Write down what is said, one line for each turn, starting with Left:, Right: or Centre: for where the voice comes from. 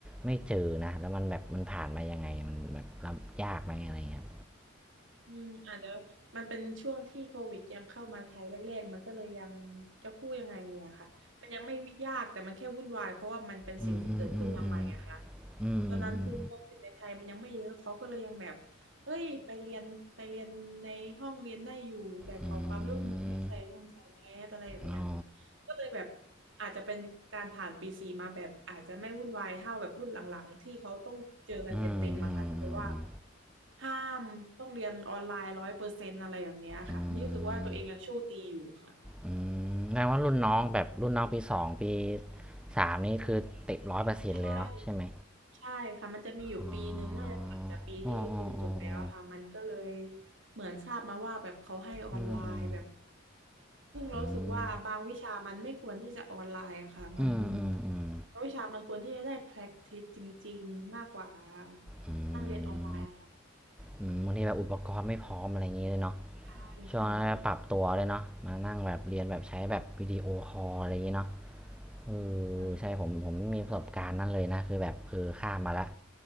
Centre: ไม่เจอนะแล้วมันแบบมันผ่านมายังไงมันแบบรับยากไหมอะไรเงี้ย
Right: อืมอาจจะมันเป็นช่วงที่โควิดยังเข้ามาไทยแรกๆมันก็เลยยังจะพูดยังไงอะค่ะมันยังไม่ยากแต่มันแค่วุ่นวายเพราะว่ามันเป็นสิ่งที่เกิดขึ้นมาใหม่อะค่ะ
Centre: อืมอืมอืมอืมอืมอืม
Right: ตอนนั้นคือคนติดในไทยมันยังไม่เยอะเขาก็เลยยังแบบเอ้ยไปเรียนไปเรียนในห้องเรียนได้อยู่แต่ขอความร่วมมือให้ใส่มงใส่แมสอะไรแบบเนี้ยค่ะ
Centre: อืมอืมอ๋อ
Right: ก็เลยแบบอาจจะเป็นการผ่านปีสี่มาแบบอาจจะไม่วุ่นวายเท่าแบบรุ่นหลังๆที่เขาต้องเจอกันเต็มๆมาค่ะที่แบบว่า
Centre: อืมอืมอืมอืม
Right: ห้ามต้องเรียนออนไลน์ร้อยเปอร์เซ็นต์อะไรแบบเนี้ยค่ะนี่รู้สึกว่าตัวเองยังโชคดีอยู่ค่ะ
Centre: อืมอืมแปลว่ารุ่นน้องแบบรุ่นน้องปีสองปีสามนี่คือติดร้อยเปอร์เซ็นต์เลยเนาะใช่ไหม
Right: ใช่ใช่ค่ะมันจะมีอยู่ปีหนึ่งน่าจะถัดจากปีที่พิมพ์จบแล้วอะค่ะมันก็เลย
Centre: อ๋ออ๋ออ๋ออ๋ออ๋อ
Right: เหมือนทราบมาว่าแบบเขาให้ออนไลน์แบบ
Centre: อืมอืม
Right: ซึ่งเรารู้สึกว่าบางวิชามันไม่ควรที่จะออนไลน์อะค่ะ
Centre: อืม
Right: มัน
Centre: อืมอืมอืม
Right: บางวิชามันควรที่จะได้ practice จริงๆ มากกว่า
Centre: อื
Right: นั่งเรียนออนไลน์อะค่ะ
Centre: มอืมบางทีแบบอุปกรณ์ไม่พร้อมอะไรอย่างเงี้ยเลยเนาะ
Right: ใช่
Centre: ช่วงนั้นปรับตัวเลยเนาะมานั่งแบบเรียนแบบใช้แบบวิดีโอคอลอะไรอย่างเงี้ยเนาะ
Right: ใช่ค่ะ
Centre: เอ
Right: อืมค่ะ
Centre: อใช่ผมผมไม่มีประสบการณ์นั้นเลยนะคือแบบเออข้ามมาละ